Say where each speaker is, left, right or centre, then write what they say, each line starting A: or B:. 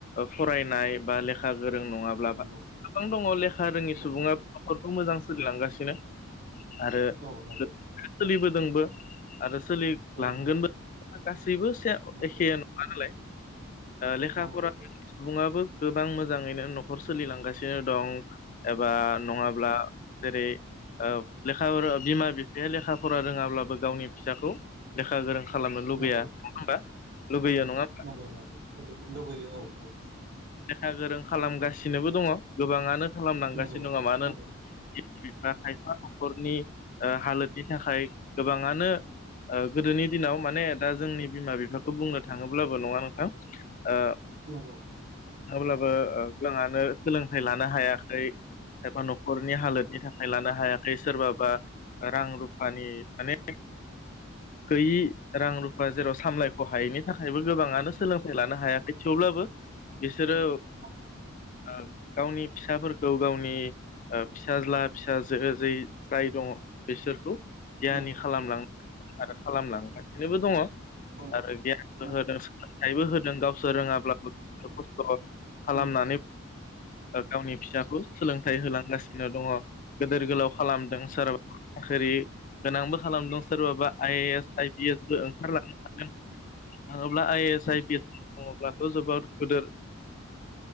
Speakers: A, on the left; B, on the right.
A: फरायनाय बा लेखा गोरों नङाब्ला
B: नंगौ
A: गोबां दङ लेखा रोङि
B: नंगौ
A: सुबुङा न'खरखौ मोजां सोलिलांगासिनो आरो
B: औ नंगौ
A: सोलिबोदोंबो आरो सोलि
B: औ
A: लांगोनबो
B: नंगौ
A: गासैबो
B: नंगौ
A: एखे नङा नालाय। लेखा
B: नंगौ
A: फरानि
B: औ
A: सुबुङाबो गोबां मोजाङैनो न'खर सोलिलांगासिनो दं। एबा नङाब्ला
B: नंगौ
A: जेरै ओ लेखा बिमा बिफाया लेखा फरा रोङाब्लाबो गावनि फिसाखौ लेखा गोरों खालामनो लुगैया
B: नंगौ
A: नङा होमबा लुगैयो
B: नंगौ
A: नङा होमबा?
B: नंगौ नंगौ लुगैयो औ औ
A: लेखा गोरों खालामगासिनोबो दङ गोबाङानो खालामलांगासिनो
B: नंगौ
A: दङ मानोना
B: नंगौ
A: बिमा बिफा खायफा न'खरनि हालोदनि थाखाय गोबाङानो ओ गोदोनि दिनाव माने दा जोंनि बिमा बिफाखौ बुंनो थाङोब्लाबो नङा नोंथां? ओ
B: नंगौ।
A: थाबब्लाबो गोाङांनो सोलोंथाइ लानो हायाखै एबा न'खरनि हालोदनि थाखाय लानो हायाखै सोरबाबा रां रुफानि माने
B: <inaudible>
A: गैयि रां रुफा जेराव सामलायख' हायैनि थाखायबो गोबाङानो सोलोंथाइ लानो हायाखै थेव अब्लाबो बिसोरो
B: नंगौ नंगौ
A: ओ गावनि फिसाफोरखौ गावनि फिसाज्ला फिसाजो जाय दंङो बिसोरखौ गियानि
B: नंगौ नंगौ
A: खालामलां आरो खालामलांबाय बेनोबो दंङ
B: नंगौ
A: आरो गियानबो होदों सोलोंथाइबो होदों गावसोर रोंङाब्लाबो खस्थ' खालामनानै
B: नंगौ नंगौ
A: गावनि फिसा सोलोंथाइ होलांगासिनो दङ गोदोर गोलाव खालामदों सोराव होरि गोनांबो खालामदों सोरबाबा आइ ए एस आइ पि एसबो ओंखारलांनो हादों थाङोब्ला I S I P S दंङोब्लाथ' जोबोद गोदिर